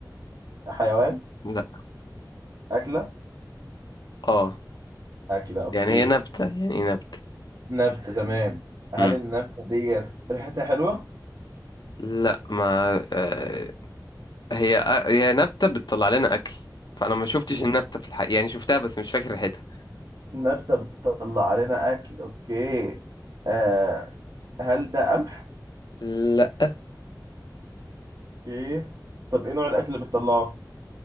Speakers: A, on the right; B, on the left.
A: حيوان
B: لا
A: أكلة
B: اه
A: أكلة أوكي
B: يعني هي نبتة يعني ايه نبتة
A: نبتة تمام هل
B: مم.
A: النبتة ديت ريحتها حلوة؟
B: لا ما آه هي آه هي نبتة بتطلع لنا اكل فانا ما شفتش
A: لا.
B: النبتة في الحقيقة يعني شفتها بس مش فاكر ريحتها
A: نبتة بتطلع علينا أكل أوكي آه هل ده قمح؟
B: لا
A: أوكي طب إيه نوع الأكل اللي بتطلعه؟